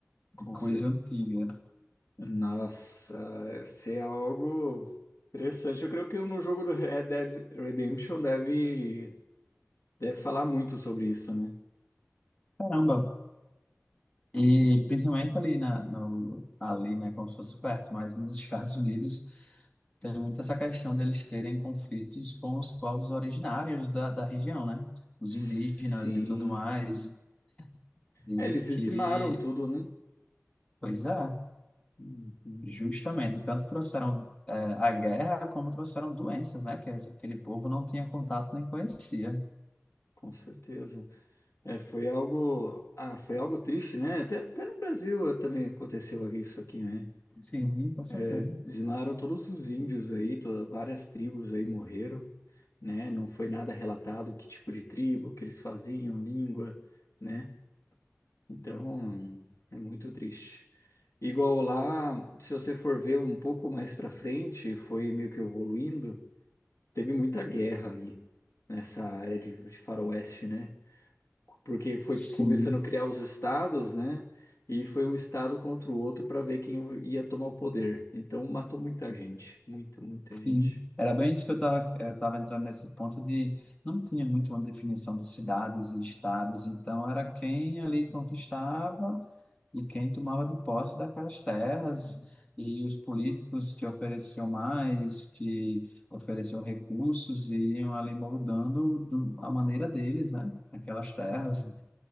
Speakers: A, on the left; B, on the left.
A: de
B: com
A: coisa
B: certeza.
A: antiga.
B: Nossa, isso é algo interessante. Eu creio que no jogo do Red Dead Redemption deve, deve falar muito sobre isso, né?
A: Caramba. E principalmente ali na, no, ali, né, como se fosse perto, mas nos Estados Unidos. Tem muito essa questão deles terem conflitos com os povos originários da, da região, né? Os
B: Sim.
A: indígenas e tudo mais, e
B: É, Eles dizimaram
A: que,
B: tudo, né?
A: pois é,
B: Uhum,
A: justamente, tanto trouxeram eh, a guerra como trouxeram doenças, né? Que aquele povo não tinha contato nem conhecia.
B: com certeza. É, foi algo, ah, foi algo triste, né? Até, até no Brasil eh, também aconteceu isso aqui, né?
A: Sim, com certeza.
B: É, dizimaram todos os índios aí, to- várias tribos aí morreram, né? Não foi nada relatado que tipo de tribo, o que eles faziam, língua, né? Então, é muito triste. Igual lá, se você for ver um pouco mais para frente, foi meio que evoluindo. teve muita guerra ali nessa área de, de faroeste, né? Porque foi
A: Sim.
B: começando a criar os estados, né? E foi um estado contra o outro para ver quem ia tomar o poder. Então matou muita gente, muita, muita
A: Sim,
B: gente.
A: era bem isso que eu estava eu tava entrando nesse ponto de não tinha muito uma definição de cidades e estados, então era quem ali conquistava e quem tomava de posse daquelas terras
B: Hum,
A: e os políticos que ofereciam mais, que ofereciam recursos e iam ali moldando do, a maneira deles, né, aquelas terras.
B: hum,